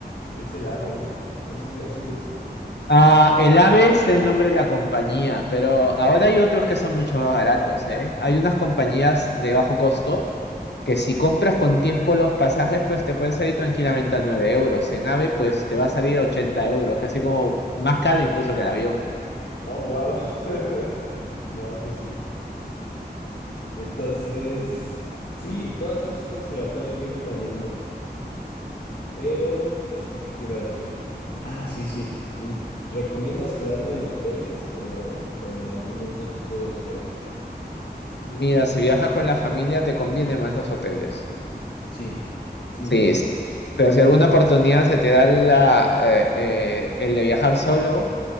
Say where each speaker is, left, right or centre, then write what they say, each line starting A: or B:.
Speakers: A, on the left; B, on the left.
A: es el AVE, ¿no? ¿Así, le- así le dicen?
B: Ah, el AVE es el nombre de la compañía, pero ahora hay otros que son mucho más baratos, ¿eh? Hay unas compañías de bajo costo que si compras con tiempo los pasajes, pues te pueden salir tranquilamente a 9 euros. En AVE, pues te va a salir a 80 euros, casi como más caro incluso que el avión.
A: Oh, wow. <laughs> No, pues sí. Entonces, sí, todas esas cosas se las tengo que ir planeando, pero, este, ¿qué te iba a decir? Ah, sí, sí. Mm, ¿Recomiendas quedarme en hoteles o, o en algún otro tipo de hospedajes?
B: Mira, si viajas con la familia te conviene más los hoteles.
A: Sí, sí,
B: Sí,
A: sí.
B: sí. Pero si alguna oportunidad se te da la, eh, eh, el de viajar solo,